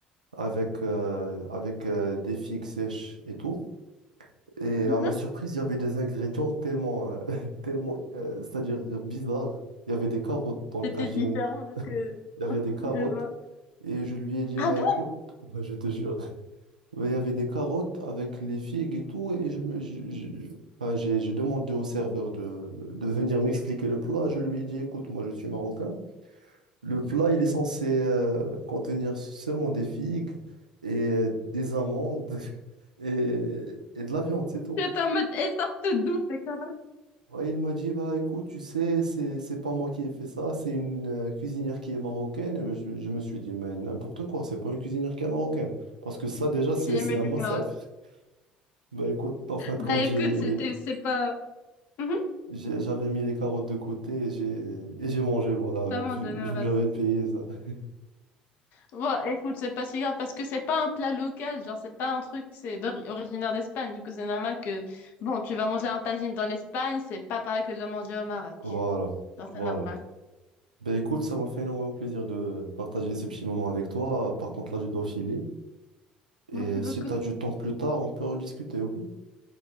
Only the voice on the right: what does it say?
avec, euh, avec euh, des figues sèches et tout. Et
à ma surprise, il y avait des ingrédients tellement, euh, <laughs> tellement euh, c'est-à-dire bizarres. Il y avait des carottes dans le
tagine,
<laughs>
il y avait des carottes.
Et je lui ai dit,
bah
écoute, <laughs> je te jure, <laughs> ouais, il y avait des carottes avec les figues et tout. Et je me, je- je- je- enfin, j'ai j'ai demandé au serveur de, de venir m'expliquer le plat. Je lui ai dit, écoute, moi je suis marocain. Le plat, il est censé euh, contenir seulement des figues et euh, des amandes <laughs> et, et de la viande, c'est tout.
Ouais, il m'a dit, bah écoute, tu sais, c'est, c'est pas moi qui ai fait ça, c'est une euh, cuisinière qui est marocaine. Et mais je, je me suis dit, mais n'importe quoi, c'est pas une cuisinière qui est marocaine. Parce que ça, déjà, c'est,
c'est un
massacre.
<laughs> Bah écoute, en fin de
compte, j'ai,
j'ai- j'avais mis les carottes de côté et j'ai, et j'ai mangé, voilà,
vu,
vu que j'avais payé ça. <laughs>
Voilà,
voilà.
Ben écoute, ça m'a fait énormément plaisir de partager ce petit moment avec toi. Par contre, là, je dois filer. Et
si tu as du temps plus tard, on peut rediscuter, ok?